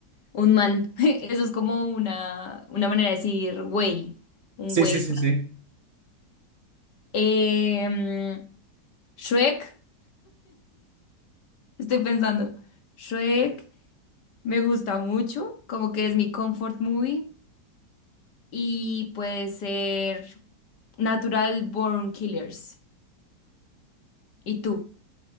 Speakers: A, on the left; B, on the right.
A: un man, <laughs> eso es como una, una manera de decir güey, un
B: Sí,
A: güey.
B: sí, sí,
A: francés
B: sí.
A: Em, Shrek, estoy pensando, Shrek me gusta mucho, como que es mi comfort movie y puede ser Natural Born Killers. ¿Y tú?